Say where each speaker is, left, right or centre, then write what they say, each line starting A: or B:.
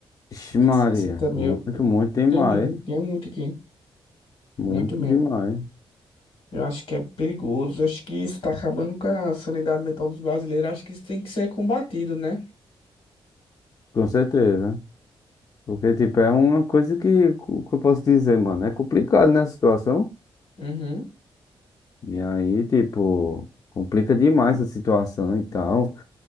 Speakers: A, on the left (about 40°); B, on the left (about 80°).
A: Ixi, Maria.
B: 60 mil.
A: Muito, muito demais.
B: Tem muito, tem muito aqui.
A: Muito
B: Muito mesmo.
A: demais.
B: Eu acho que é perigoso. Acho que isso tá acabando com a sanidade mental dos brasileiros. Acho que isso tem que ser combatido, né?
A: Com certeza. Porque, tipo, é uma coisa que, que eu posso dizer, mano. É complicado, né, a situação.
B: Uhum.
A: E aí, tipo, complica demais a situação e tal.